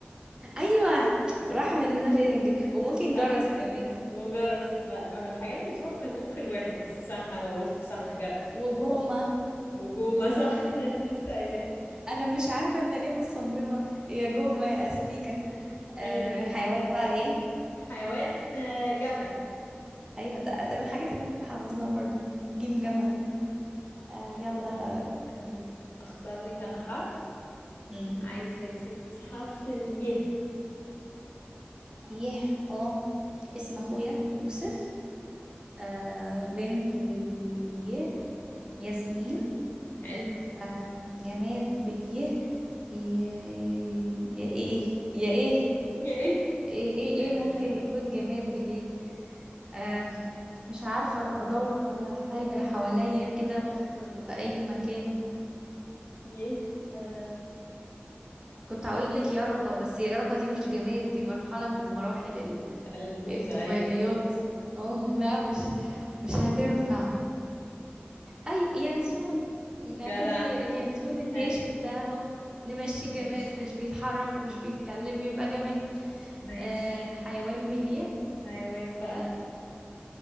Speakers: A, on the right; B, on the left.
A: ايوه راح مننا
B: <laughs>
A: فين الج... وممكن
B: صح
A: جرس كمان
B: وجرس لا ما هو الحاجات بتروح من مخ الواحد بس صح هو قلت صح جرد
A: وجومة
B: وجومة
A: جومة
B: صح <laughs> ده انت لسه قايلاها
A: انا مش عارفة انا ليه مصممة يا جومة يا استيكة آه
B: ايوه
A: حيوان بقى ايه
B: حيوان آه، جمل
A: ايوه ده, ده من الحاجات اللي احنا حفظناها برضو جيم
B: صح
A: جمل آه يلا
B: طيب اختار لك انا حرف
A: امم
B: عايزة يا ستي حرف اليه
A: يه اه اسم اخويا يوسف آه بنت باليه ياسمين
B: حلو
A: آه جماد باليه يا, يا ايه يا ايه
B: يا ايه
A: ايه ايه ايه
B: آه
A: ممكن يكون جماد بليه آه مش عارفة انا بدور على حاجة حواليا كده
B: أنا بفكر برضه
A: في اي مكان
B: يه آه
A: كنت هقول لك يرقة بس يرقة دي مش جماد دي مرحلة من مراحل ال-
B: الدودة
A: الطفيليات
B: ايوه
A: اه لا مش مش هتنفع ايوه ينسون
B: جدع
A: نعتبره ي- اليانسون الناشف
B: حلو
A: ده اهو نمشيه
B: ماشي
A: جماد مش بيتحرك ومش بيتكلم يبقى جماد
B: ماشي
A: آه الحيوان بليه
B: حيوان بقى
A: يه